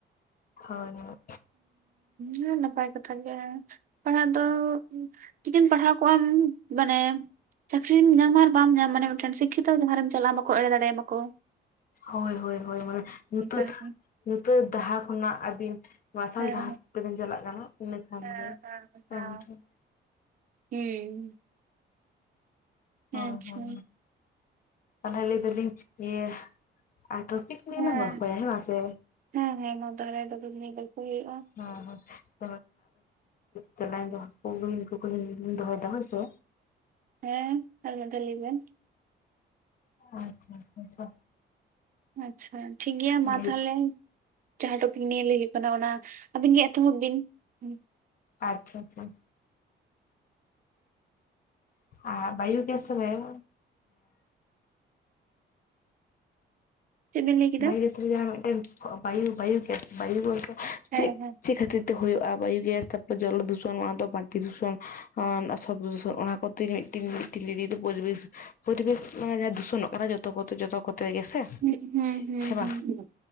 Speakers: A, on the left (about 45°); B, on the right (about 45°).
A: ᱦᱚᱭ ᱦᱚᱭ᱾
B: ᱦᱩᱸ ᱱᱟᱯᱟᱭ ᱠᱟᱛᱷᱟ ᱜᱮ᱾ ᱯᱟᱲᱦᱟᱜ ᱫᱚ ᱪᱤᱠᱤᱢ ᱯᱟᱲᱦᱟᱣ ᱠᱚᱜ ᱟᱢ ᱢᱟᱱᱮ ᱪᱟᱹᱠᱨᱤᱢ ᱧᱟᱢᱟ ᱟᱨ ᱵᱟᱢ ᱧᱟᱢ ᱢᱟᱱᱮ ᱢᱤᱫᱴᱮᱱ ᱥᱤᱠᱷᱤᱛᱚ ᱡᱟᱦᱟᱸᱨᱮᱢ ᱪᱟᱞᱟᱜᱼᱟ ᱵᱟᱠᱚ ᱮᱲᱮ ᱫᱟᱲᱮ ᱟᱢᱟᱠᱚ᱾
A: ᱦᱚᱭ ᱦᱚᱭ ᱦᱚᱭ ᱢᱟᱱᱮ ᱧᱩᱛᱟᱛ
B: ᱦᱮᱸ
A: ᱧᱩᱛᱟᱹᱛ ᱰᱟᱦᱟ ᱠᱷᱚᱱᱟᱜ ᱟᱹᱵᱤᱱ ᱢᱟᱨᱥᱟᱞ
B: ᱦᱮᱸ
A: ᱰᱟᱦᱟ ᱛᱮᱵᱤᱱ ᱪᱟᱞᱟᱜ ᱠᱟᱱᱟ᱾ ᱤᱱᱟᱹᱠᱷᱟᱱ
B: ᱦᱮᱸ
A: ᱜᱮ
B: ᱦᱮᱸ
A: <unintelligible>
B: ᱦᱩᱸ᱾
A: ᱦᱚᱭ
B: ᱟᱪᱪᱷᱟ
A: ᱦᱚᱭ ᱚᱱᱟ ᱞᱟᱹᱭ ᱫᱟᱞᱤᱧ ᱤᱭᱟᱹ ᱟᱴᱨᱯᱤᱠ ᱛᱤᱱᱟ
B: ᱦᱮᱸ
A: ᱵᱚᱨ ᱠᱷᱚᱭ ᱦᱮ ᱢᱟᱥᱮ
B: ᱦᱮᱸ ᱦᱮᱸ ᱱᱚᱣᱟ ᱫᱟᱨᱮ ᱫᱚ ᱧᱮᱞ ᱟᱜᱩ ᱠᱚ ᱦᱩᱭᱩᱜᱼᱟ᱾
A: <unintelligible> ᱛᱟᱞᱟ ᱫᱚᱦᱠᱩ ᱠᱩᱠᱞᱤ ᱫᱚᱦᱚᱭᱮᱫᱟ ᱦᱚᱭᱥᱮ᱾
B: ᱦᱮᱸ ᱟᱨ ᱢᱤᱫᱷᱟ ᱞᱟᱹᱭᱵᱮᱱ᱾
A: ᱟᱪᱪᱷᱟ ᱟᱪᱪᱷᱟ᱾
B: ᱟᱪᱪᱷᱟ ᱴᱷᱤᱠ ᱜᱮᱭᱟ ᱢᱟ
A: ᱞᱟᱹᱭ
B: ᱛᱟᱦᱚᱞᱮ᱾ ᱡᱟᱦᱟᱸ ᱴᱚᱯᱤᱠ ᱱᱤᱭᱟᱹ ᱦᱩᱭᱩᱜ ᱠᱟᱱᱟ ᱚᱱᱟ ᱟᱹᱵᱤᱱ ᱜᱮ ᱮᱛᱚᱦᱚᱵ ᱵᱤᱱ᱾ ᱦᱩᱸ,
A: ᱟᱪᱪᱷᱟ ᱪᱷᱟ ᱪᱷᱟ᱾ ᱟᱨ ᱵᱟᱭᱩ ᱜᱮᱥ ᱨᱮ ᱮᱸ
B: ᱪᱮᱫ ᱵᱤᱱ ᱞᱟᱹᱭ ᱠᱮᱫᱟ?
A: ᱵᱟᱭᱩ ᱜᱮᱥ ᱡᱟᱦᱟᱸ ᱢᱤᱫᱴᱮᱱ ᱵᱟᱭᱩ ᱵᱟᱭᱩ ᱜᱮᱥ ᱵᱟᱭᱩ ᱚᱞᱯᱚ
B: ᱦᱮᱸ
A: ᱪᱮᱫ
B: ᱦᱮᱸ
A: ᱪᱮᱫ ᱠᱷᱟᱹᱛᱤᱨ? ᱛᱮ ᱦᱩᱭᱩᱜ-ᱟ, ᱵᱟᱭᱩᱜᱮᱥ ᱛᱟᱨᱯᱚᱨ ᱡᱚᱞᱚ ᱫᱩᱥᱚᱱᱚᱜ-ᱟ ᱛᱚ ᱵᱟᱲᱛᱤ ᱫᱩᱥᱚᱱ ᱟᱸ ᱥᱚᱵᱽ ᱫᱩᱥᱚᱱ ᱚᱱᱟ ᱠᱚ ᱾ ᱢᱤᱫᱴᱤᱱ ᱢᱤᱫᱴᱮᱱ ᱫᱤᱫᱤ ᱫᱚ ᱯᱚᱨᱤᱵᱮᱥ, ᱯᱚᱨᱤᱵᱮᱥ ᱢᱟᱱᱮ ᱫᱩᱥᱚᱱᱚᱜ ᱠᱟᱱᱟ ᱡᱚᱛᱚ ᱠᱚᱛᱮ ᱡᱚᱛᱚ ᱠᱚᱛᱮ ᱜᱮ ᱥᱮ ᱾
B: ᱦᱩᱸ ᱦᱩᱸ ᱦᱩᱸ
A: ᱦᱮᱸ ᱵᱟᱝ,
B: ᱦᱩᱸ